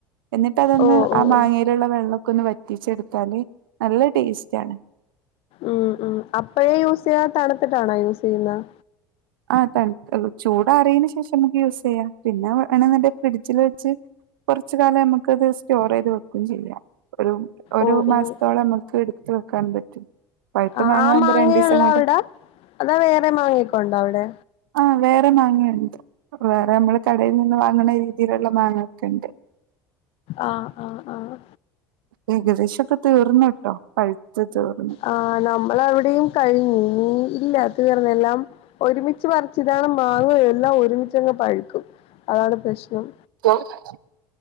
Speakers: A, on the right (about 85°); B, on the left (about 55°).
A: എന്നിട്ട് അതങ്ങ്
B: ഓഹ് ഓഹ്
A: ആഹ് മാങ്ങ
B: ഓഹ്
A: ലുള്ള വെള്ളമൊക്കെ ഒന്ന് വറ്റിച്ചെടുത്താല് നല്ല ടേസ്റ്റ് ആണ്
B: ഉം ഉം അപ്പഴേ യൂസ് ചെയ്യാ തണുത്തിട്ടാണോ യൂസ് ചെയ്യുന്നത്
A: ആഹ് തണുത്തിട്ട് ചൂടാറിയതിന് ശേഷം നമുക്ക് യൂസ് ചെയ്യാം പിന്നെ വേണെന്ന്ണ്ടെ ഫ്രിഡ്ജിൽ വെച്ച് കുറച്ച് കാലം നമുക്കത് സ്റ്റോർ ചെയ്ത് വെക്കുകയും ചെയ്യാം ഒരു- ഒരു
B: ഓഹ്
A: മാസത്തോളം
B: ഓഹ്
A: നമുക്ക് എടുത്ത് വെക്കാനും പറ്റും പഴുത്ത
B: ആഹ്
A: മാങ്ങാകുമ്പോ
B: ആഹ് മാങ്ങയെ
A: രണ്ടീസം
B: ഒള്ളൊ
A: കൊണ്ട്
B: അവിടെ അതോ വേറെ മാങ്ങയൊക്കെ ഉണ്ടോ അവിടെ
A: ആഹ് വേറെ മാങ്ങയുണ്ട് വേറെ നമ്മള് കടയിൽ നിന്ന് വാങ്ങുന്ന രീതിയിലുള്ള മാങ്ങയൊക്കെ ഉണ്ട്
B: ആഹ് ആഹ് ആഹ്
A: ഏകദേശൊക്കെ തീർന്ന്ട്ടോ പഴ്ത്ത് തീർന്ന്.
B: ആഹ് നമ്മളവടിം കഴിഞ്ഞ് ഇനി ഇല്ലാ തീർന്നെല്ലാം. ഒരുമിച്ച് പറിച്ചതാണ് മാങ്ങേ എല്ലാം ഒരുമിച്ചങ്ങ് പഴ്ക്കും അതാണ് പ്രശ്നം.
A: <unintelligible>